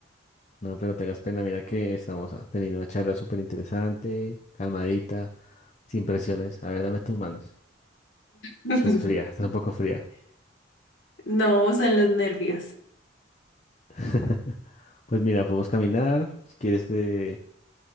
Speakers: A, on the left; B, on the left.
A: No, pero tengas pena, mira que estamos ah, teniendo una charla súper interesante, calmadita, sin presiones. A ver, dame tus manos.
B: <laughs>
A: Estás fría, estás un poco fría.
B: No, son los nervios.
A: <laughs> Pues mira, podemos caminar. Si quieres, te,